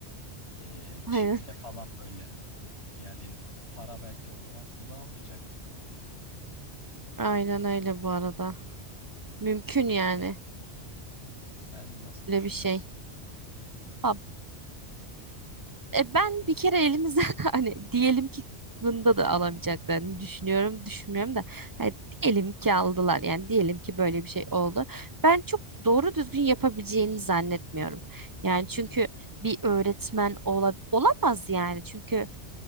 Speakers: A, on the left; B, on the right.
A: Ee, çiple
B: Aynen.
A: falan böyle. Yani para belki o zaman kullanılmayacak.
B: Aynen öyle bu arada. Mümkün yani
A: Sen nasıl düşünüyorsun?
B: öyle bir şey. Ba- E, ben bir kere elimizden <laughs> hani diyelim ki bunda da alamayacaklarını düşünüyorum, düşünmüyorum da hani diyelim ki aldılar yani diyelim ki böyle bir şey oldu. Ben çok doğru düzgün yapabileceğini zannetmiyorum. Yani çünkü bir öğretmen ola- olamaz yani çünkü